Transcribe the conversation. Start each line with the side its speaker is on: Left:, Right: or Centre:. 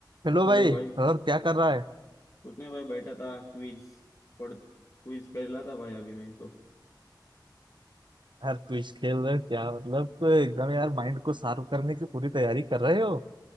Right: Hello
Left: Hello
Right: भाई
Left: भाई
Right: और क्या कर रहा है
Left: कुछ नहीं भाई बैठा था क्विज पढ़ क्विज खेला था भाई अभी मैं तो
Right: यार क्विज खेल रहे हैं क्या मतलब तो एकदम यार माइंड को शार्प करने की पूरी तैयारी कर रहे हो